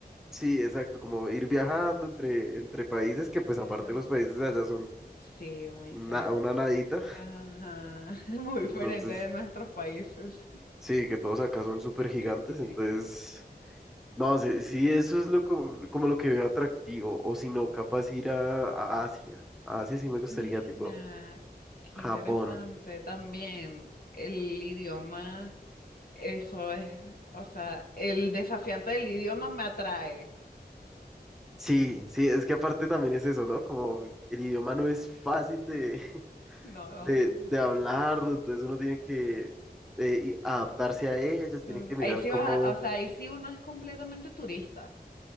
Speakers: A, in the centre; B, on the left.
A: Sí, exacto, como ir viajando entre, entre países que pues
B: Mira.
A: aparte los países de allá son
B: Sí, muy
A: na-
B: cerca.
A: una nadita,
B: Ajá, <laughs> muy diferente
A: entonces
B: de nuestros países.
A: sí, que todos acá son súper
B: <laughs>
A: gigantes, entonces no sé, sí, eso es lo como, como lo que veo atractivo, o si no, capaz ir a, a Asia, a Asia sí me gustaría,
B: Mira,
A: tipo
B: qué interesante.
A: Japón.
B: También el idioma, eso es, o sea, el desafiante del idioma me atrae.
A: Sí, sí, es que aparte también es eso, ¿no? Como el idioma no es fácil de,
B: No,
A: de, de hablarlo, entonces uno tiene que eh, y adaptarse a ellos, tiene
B: eh,
A: que mirar
B: ahí sí
A: cómo,
B: vas a, o sea, ahí sí uno es completamente turista,